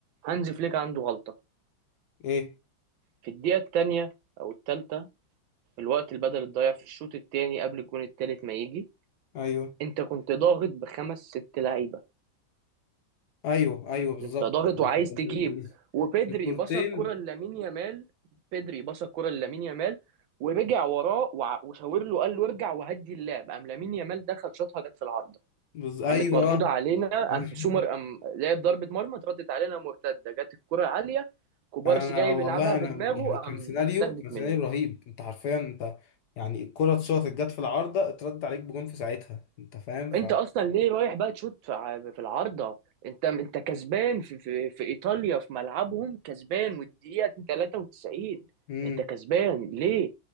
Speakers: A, on the right (about 80°); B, on the left (about 75°).
A: هانز فليك عنده غلطة
B: ايه
A: في الدقيقة التانية او التالتة في الوقت البدل الضايع في الشوط التاني قبل الجون التالت ما يجي
B: ايوه
A: انت كنت ضاغط بخمس ست لعيبة
B: ايوه ايوه بالظبط
A: انت ضاغط
B: ال-
A: وعايز تجيب وبدري
B: الكورتين
A: باص الكرة لامين يامال بدري باص الكرة لامين يامال ورجع وراه وع- وشاور له قال له ارجع وهدي اللعب قام لامين يامال دخل شاطها جت في العارضة
B: بز... ايوه
A: قامت مردودة علينا
B: <laughs>
A: قام سومر قام لعب ضربة مرمى اتردت علينا مرتدة جت الكرة عالية كوبارسي
B: انا
A: جاي
B: والله
A: بيلعبها بدماغه
B: انا يعني كان
A: قام
B: سيناريو
A: اتاخدت
B: كان سيناريو
A: منه
B: رهيب انت حرفيا انت يعني الكرة اتشاطت جت في العارضة اترد عليك بجون في ساعتها انت فاهم ف
A: انت اصلا ليه رايح بقى تشوط في ع- في العارضه انت انت كسبان في في, في ايطاليا في ملعبهم كسبان والدقيقه 93
B: امم
A: انت كسبان ليه